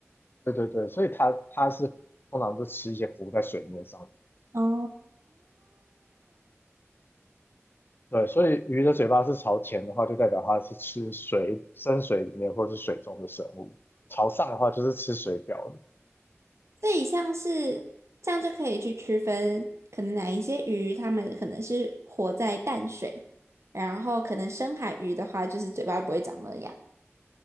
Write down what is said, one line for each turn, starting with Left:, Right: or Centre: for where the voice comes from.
Left: 对对对，所以它它是通常就吃一些浮在水面上的。
Right: 哦，
Left: 对，所以鱼的嘴巴是朝前的话，就代表它是吃水深水里面或是水中的生物；朝上的话，就是吃水表的。
Right: 这一项是这样就可以去区分，可能哪一些鱼它们可能是活在淡水，然后可能深海鱼的话，就是嘴巴不会长那样。